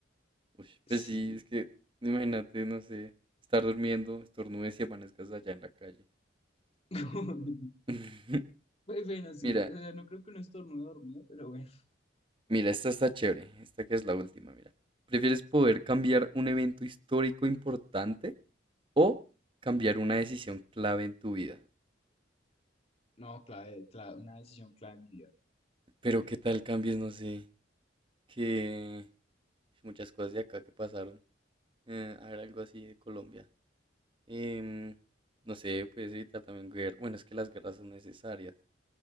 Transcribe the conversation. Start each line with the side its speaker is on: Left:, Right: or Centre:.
Right: Uy,
Left: Sí.
Right: pues sí, es que imagínate, no sé, estar durmiendo, estornudes y amanezcas allá en la calle.
Left: <laughs>
Right: <laughs>
Left: Pues bueno, sí.
Right: Mira,
Left: O sea, no creo que no estornude dormido, pero bueno.
Right: mira, esta está chévere, esta que es la última, mira. ¿Prefieres poder cambiar un evento histórico importante o cambiar una decisión clave en tu vida?
Left: No, clave, clave, una decisión clave en mi vida.
Right: Pero qué tal cambies, no sé, que muchas cosas de acá que pasaron. Eh, a ver, algo así de Colombia. Em, no sé, puedes evitar también guerra. Bueno, es que las guerras son necesarias.